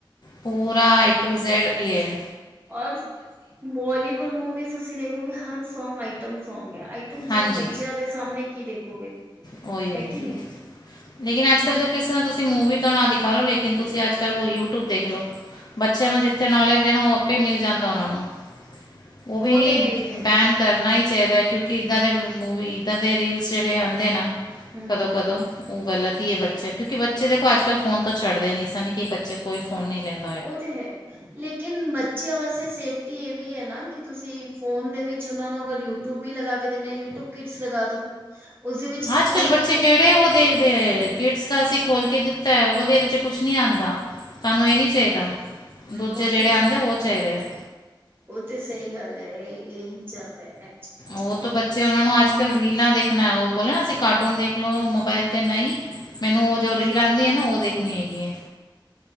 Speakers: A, on the left (about 55°); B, on the right (about 25°).
A: ਪੂ ਰਾ ਏ ਟੂ ਜ਼ੈਡ ਈ ਏ।
B: ਔਰ, ਬੋਲੀਵੁਡ ਮੂਵੀ ਤੁਸੀ ਦੇਖੋਗੇ ਹਰ ਸੌਗ ਆਈਟਮ ਸੌਂਗ ਐ। ਆਈਟਮ
A: ਹਾਂਜੀ
B: ਸੌਗ, ਬੱਚੈਆਂ ਦੇ ਸਾਹਮਣੇ ਕੀ ਦੇਖੋਗੇ?
A: ਉਹੀ ਉਹੀ
B: ਹੈ ਕਿ ਨੀ।
A: ਲੇਕਿਨ ਅੱਜ ਕੱਲ ਤੋ ਕਿਸਰਾਂ ਤੁਸੀਂ ਮੂਵੀ ਤੋਂ ਨਾ ਦਿਖਾ ਲੋ, ਲੋਕਿਨ ਤੁਸੀ ਅੱਜ ਕੱਲ ਯੂਟਿਊਬ ਦੇਖ ਲੋ। ਬੱਚੇਆਂ ਨੂੰ ਜਿੱਥੇ ਨੌਲੇਜ ਲੇਣਾ, ਓ ਆਪੇ ਹੀ ਮਿਲ ਜਾਂਦਾ ਓਨਾਂ ਨੂੰ। ਉਹ ਵੀ
B: ਤੇ ਹੈ ਹੀ ਹੈ
A: ਬੈਨ ਕਰਨਾ ਈ ਚਾਹੀਦਾ ਕਿਉਂਕਿ ਕਿ ਇੱਦਾਂ ਦੇ ਮੂਵੀ, ਇੱਦਾਂ ਦੇ ਰੀਲਸ ਜੇੜੇ ਆਂਦੇ ਨਾ
B: ਹਮ
A: ਕਦੋਂ ਕਦੋਂ। ਓ ਗਲਤ ਈ ਐ ਬੱਚੇ, ਕਿਉਂਕਿ ਬੱਚੇ ਦੇਖੋ ਅੱਜ ਕੱਲ ਫੋਨ ਤੋਂ ਛੱਡਦੇ ਨਈ ਸਨ, ਕਿ ਬੱਚੇ ਕੋਈ ਫੋਨ ਨੀ ਲੈਂਦੇ।
B: ਓ ਤੇ ਹੈ, ਲੇਕਿਨ ਬੱਚੇਆਂ ਵਾਸਤੇ ਸੇਫਟੀ ਏ ਵੀ ਏਨਾ ਕਿ ਤੁਸੀ ਫੋਨ ਦੇ ਵਿੱਚ ਔਨਾ ਨੂੰ ਅਗਰ ਯੂਟਿਊਬ ਵੀ ਲਗਾ ਕੇ ਦਿੰਨੇ, ਯੂਟਿਊਬ ਕਿਡਸ ਲਗਾ ਦੋ। ਉਸਦੇ ਵਿੱਚ
A: ਅੱਜ
B: ਕੋਈ
A: ਕੱਲ ਬੱਚੇ
B: ਵੀ
A: ਕੇਹੜੇ ਓ ਦੇਖਦੇ ਐ ਕਿਡਸ ਤਾ ਅਸੀ ਖੋਲ ਕੇ ਦਿੱਤਾ ਐ, ਓ ਐਦੇ 'ਚ ਕੁਛ ਨੀ ਆਂਦਾ। ਸਾਨੂੰ ਏਹ ਨੀ ਚਾਹੀਦਾ। ਦੂਜੇ
B: ਉਹ
A: ਜਿਹੜੇ
B: ਤੇ
A: ਆਉਂਦੇ ਉਹ ਚਾਹੀਦੇ ਹੈ
B: ਓ ਤੇ ਸਹੀ ਗੱਲ ਐ, ਏਹੀ ਏਹੀ ਚੱਲ ਰਿਹਾ ਐ।
A: ਓ ਤੋ ਬ ਬਚੇ ਓਨਾਂ ਨੂੰ ਅੱਜ ਕੱਲ ਰੀਲਾਂ ਦੇਖਣਾ। ਓ ਬੋਲ ਨਾ ਅਸੀ ਕਾਰਟੂਨ ਦੇਖਲੋ, ਮੋਬਾਇਲ ਤੇ ਨਈ। ਮੈਨੂੰ ਐ
B: ਹਾਂਜੀ
A: ਜੋ ਰੀਲ ਆਂਦੀ ਐ ਨਾ, ਓ ਦੇਖਣੀ ਹੈਗੀ ਏ।